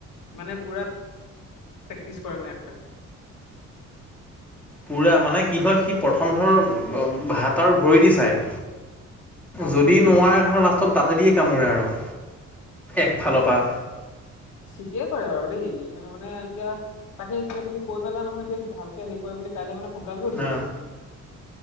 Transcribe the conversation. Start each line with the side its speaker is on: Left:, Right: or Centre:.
Left: মানে পুৰা প্ৰেক্টিছ কৰে মানে।
Centre: পুৰা মানে কি হয়, সি প্ৰথম ধৰ হাত আৰু ভৰি দি চায়।
Left: অ
Centre: যদি নোৱাৰে ধৰ লাষ্টত দাঁতে দিয়ে কামোৰে আৰু একফালৰ পৰা।
Left: ঠিকেই কৰে বাৰু দেই <unintelligible> মানে এতিয়া তাকে এতিয়া তুমি কিই পালা নহয় এতিয়া সি ভালকে হেৰি কৰে বুলি, কাইলৈ মানে সোনকালে উঠিব
Centre: অ',
Left: লাগিব।